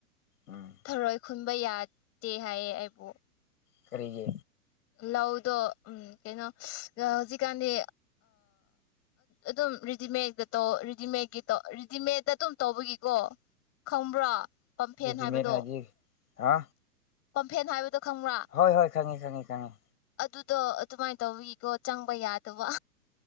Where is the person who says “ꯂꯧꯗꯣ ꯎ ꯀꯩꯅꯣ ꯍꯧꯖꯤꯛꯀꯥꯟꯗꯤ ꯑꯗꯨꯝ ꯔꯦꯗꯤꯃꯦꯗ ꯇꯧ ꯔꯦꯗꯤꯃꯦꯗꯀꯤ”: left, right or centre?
Left